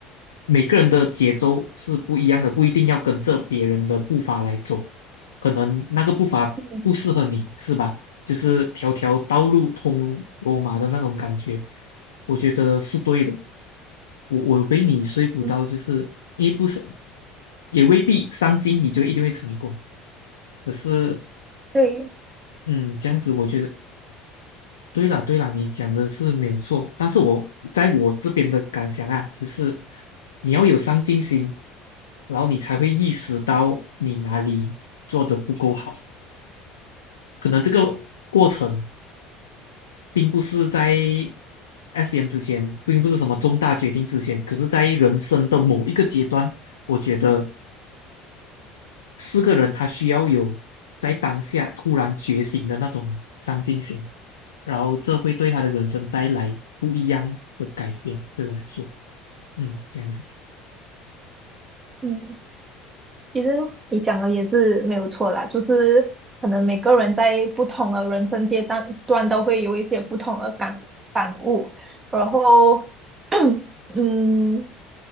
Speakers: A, on the left; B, on the right.
A: 每个人的节奏是不一样的，不一定要跟着别人的步伐来走，可能那个步伐不适合你，
B: 嗯
A: 是吧？就是条条道路通罗马的那种感觉，我觉得是对的。我我有被你说服到，
B: 嗯
A: 就是因为不是，也未必上进你就一定会成功。可是，
B: 对，
A: 嗯，这样子我觉得对啦，对啦，你讲的是没有错，但是我在我这边的感想啊，就是你要有上进心，然后你才会意识到你哪里做的不够好。可能这个过程并不是在 SBM 之前，并不是什么重大决定之前，可是在人生的某一个阶段，我觉得四个人他需要有在当下突然觉醒的那种上进心，然后这会对他的人生带来不一样的改变。对我来说，嗯，这样子，
B: 嗯。其实你讲的也是没有错啦，就是可能每个人在不同的人生阶段段都会有一些不同的感感悟，然后，<clears throat> 嗯，